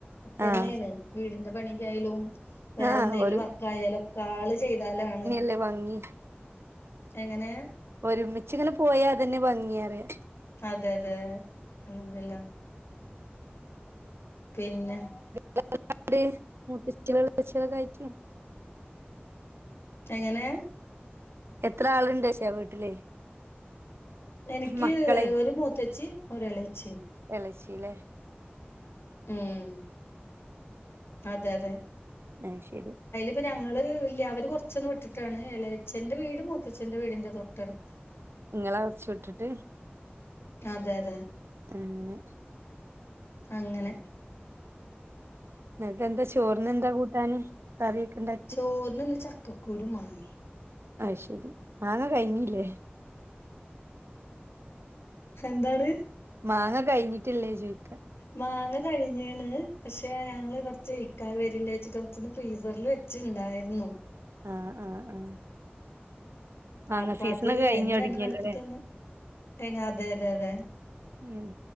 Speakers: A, on the left; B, on the right.
A: ഇക്കന്നെണ്
B: ആഹ്
A: വീടിന്റെ പണിക്കായാലും വേറെ
B: ആഹ്
A: എന്തെങ്കിലും
B: ഒരു
A: വർക്കായാലും ഒക്കെ ആള് ചെയ്താലാണ്
B: ല്ലേ ഭംഗി
A: എങ്ങനെ?
B: ഒരുമിച്ചിങ്ങനെ പോയാ അതന്നെ ഭംഗിയേറയാ.
A: അതെ അതെ അല്ഹംദുലില്ലാ. പിന്നെ
B: <unintelligible> മൂത്തചേളും എളേച്ചേളും ഒക്കായിട്ട്
A: എങ്ങനെ?
B: എത്ര ആളുണ്ട് ചോദിച്ചാ വീട്ടില്?
A: എനിക്ക്
B: മക്കളെ
A: ഒരു മൂത്തച്ചി ഒരു ഇളേച്ചി.
B: ഇളേച്ചി ല്ലേ?
A: ഉം അതെ അതെ
B: അത് ശരി.
A: ഇപ്പൊ ഞങ്ങള് ഇല്ല അവര് കുറച്ചൊന്ന് വിട്ടിട്ടാണ് എളയച്ഛ്ന്റെ വീടും മത്തച്ഛ് ന്റെ വീടിന്റെ തൊട്ടടുത്ത്
B: ഇങ്ങള കുറച്ചു വിട്ടിട്ട്-
A: അതെ അതെ
B: അങ്ങനെ
A: അങ്ങനെ
B: ന്നട്ടെന്താ ചോറിനെന്താ കൂട്ടാന് കറിയൊക്കണ്ടാ
A: ചോർനിന്ന് ചക്കക്കൂരൂം മാങ്ങി
B: അഹ് ശരി മാങ്ങ കഴ്ഞ്ഞീല്ലേ
A: എന്താണ്
B: മാങ്ങ കഴ്ഞ്ഞിട്ടില്ലേ ചോയ്ക്ക
A: മാങ്ങ കഴിഞ്ഞീണ് പക്ഷെ ഞങ്ങള് കൊർച്ച് ഇക്കാ വരല്ലേച്ചിട്ട് കുറച്ചൊന്ന് ഫ്രീസറില് വെ ച്ച് ണ്ടായിരുന്നു
B: ആഹ് ആഹ് ആഹ് മാങ്ങ
A: അപ്പ
B: സീസണൊക്കെ
A: അത്
B: കഴിഞ്ഞ്
A: അയ്ന്ന്
B: തൊടങ്ങിയല്ലോ
A: രണ്ടെണ്ണട്ത്തിട്ടൊന്ന്
B: ല്ലേ
A: എങ്ങതെതെ അതെ
B: ഉം